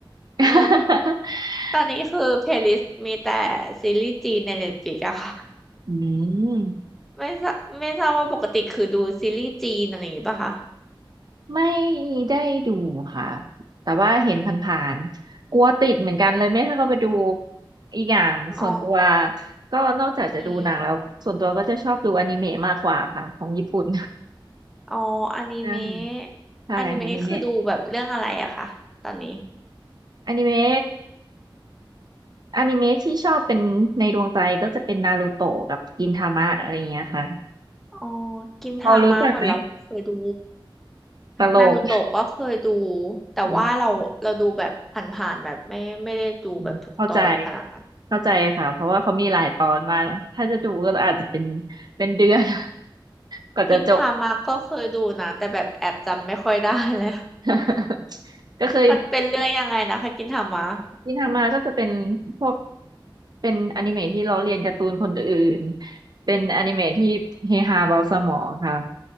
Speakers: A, on the right; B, in the centre.
A: <laughs>
B: <laughs> ตอนนี้คือเพลย์ลิสต์มีแต่ซีรีส์จีนใน Netflix อะค่ะ
A: อืม
B: ไม่ทราไม่ทราบว่าปกติคือดูซีรีส์จีนอะไรอย่างงี้ป่ะคะ
A: ไม่ได้ดูค่ะแต่ว่าเห็นผ่านๆกลัวติดเหมือนกันเลยไม่ให้เขาไปดูอีกอย่างส่วนตัว
B: อ๋อ
A: ก็นอกจากจะดูหนังแล้วส่วนตัวก็จะชอบดูอนิเมะมากกว่าค่ะของญี่ปุ่น
B: อืม อ๋ออนิเมะ
A: ใช่ <laughs> ใช่ค่ะอนิเมะ
B: อนิเมะคือดูแบบเรื่องอะไรอะคะตอนนี้
A: อนิเมะ อนิเมะที่ชอบเป็นในดวงใจก็จะเป็นนารูโตะกับกินทามะอะไรอย่างเงี้ยค่ะ
B: อ๋อกินทามะเหมือนเราเคยดู
A: พอรู้จักไหมตลก
B: นารูโตะก็เคยดูแต่ว่าเราเราดูแบบผ่านๆแบบไม่ไม่ได้ดูแบบทุกตอนขนาดนั้น
A: อืมเข้าใจเข้าใจค่ะเพราะว่าเขามีหลายตอนมากถ้าจะดูก็อาจจะเป็นเป็นเดือน <laughs> กว่าจะจบ
B: กินทามะก็เคยดูนะแต่แบบแอบจำไม่ค่อยได้แล้ว
A: <laughs> ก็เคย
B: มันเป็นเรื่องยังไงนะคะกินทามะ
A: ที่ทำมาก็จะเป็นพวกเป็นอนิเมะที่ล้อเลียนการ์ตูนคนอื่นเป็นอนิเมะที่เฮฮาเบาสมองค่ะ